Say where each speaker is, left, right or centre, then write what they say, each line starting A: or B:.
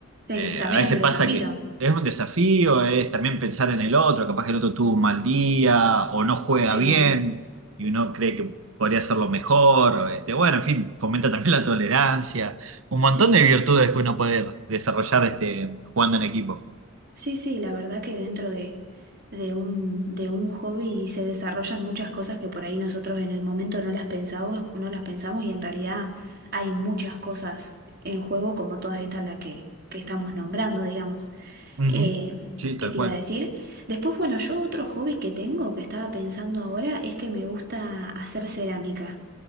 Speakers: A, on the right (about 50°); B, on the right (about 75°).
A: Sí,
B: Eh,
A: también
B: a veces
A: es un desafío.
B: pasa que es un desafío, es también pensar en el otro, capaz que el otro tuvo un mal día o no juega
A: Sí,
B: bien y uno cree que podría hacerlo mejor. Este, bueno, en fin, fomenta también la tolerancia, un montón
A: sí.
B: de virtudes que uno puede desarrollar este, jugando en equipo.
A: Sí, sí, la verdad que dentro de, de un, de un hobby se desarrollan muchas cosas que por ahí nosotros en el momento no las pensamos, no las pensamos y en realidad hay muchas cosas en juego como todas estas las que, que estamos nombrando, digamos.
B: Ujú,
A: Eh,
B: Sí, tal
A: ¿qué te
B: cual.
A: iba a decir? Después, bueno, yo otro hobby que tengo, que estaba pensando ahora, es que me gusta hacer cerámica.